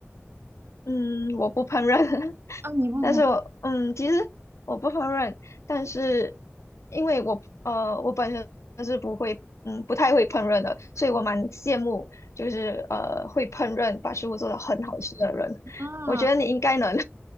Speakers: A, on the left; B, on the right.
A: 嗯，我不烹饪，<laughs>
B: 啊，你不烹
A: 但是我嗯，其实我不烹饪，但是因为我呃，我本身是不会嗯不太会烹饪的，所以我蛮羡慕就是呃会烹饪把食物做得很好吃的人，
B: 啊？
A: 我觉得你应该能，